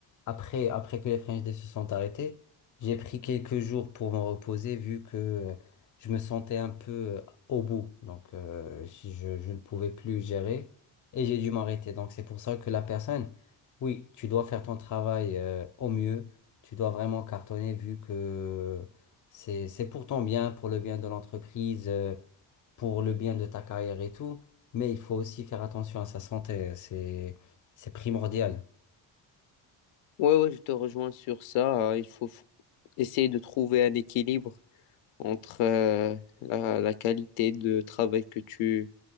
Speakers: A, on the left; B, on the left.
A: Après, après que les French Day se sont arrêtés, j'ai pris quelques jours pour me reposer vu que euh, je me sentais un peu euh, au bout. Donc, euh, je, je ne pouvais plus gérer et j'ai dû m'arrêter. Donc, c'est pour ça que la personne, oui, tu dois faire ton travail euh, au mieux. Tu dois vraiment cartonner vu que euh, c'est, c'est pour ton bien, pour le bien de l'entreprise, euh, pour le bien de ta carrière et tout. Mais il faut aussi faire attention à sa santé. C'est, c'est primordial.
B: Ouais, ouais, je te rejoins sur ça. Euh, Il faut f- essayer de trouver un équilibre entre euh, la, la qualité de travail que tu,